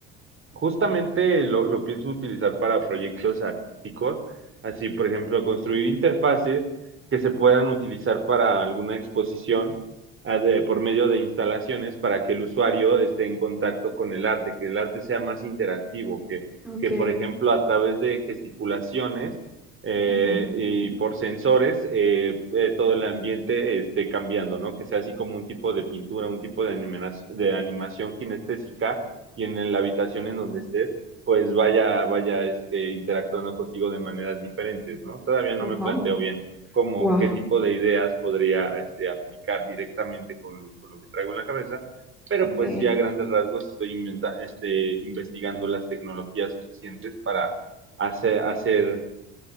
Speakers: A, on the right; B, in the centre.
A: Justamente lo, lo pienso utilizar para proyectos artísticos, así por ejemplo construir interfaces que se puedan utilizar para alguna exposición ah, de- por medio de instalaciones para que el usuario esté en contacto con el arte, que el arte sea más interactivo, que,
B: Ok,
A: que por ejemplo a través de gesticulaciones eh,
B: ujú.
A: y por sensores eh, eh, todo el ambiente esté cambiando, ¿no? Que sea así como un tipo de pintura, un tipo de animación, de animación kinestésica y en la habitación en donde estés, pues vaya, vaya este, interactuando contigo de maneras diferentes, ¿no? Todavía
B: Wow.
A: no me planteo bien como
B: Wow,
A: qué tipo de ideas podría este, aplicar directamente con, con, lo que traigo en la cabeza, pero
B: ok,
A: pues sí a grandes rasgos estoy inventa, este, investigando las tecnologías suficientes para hacer, hacer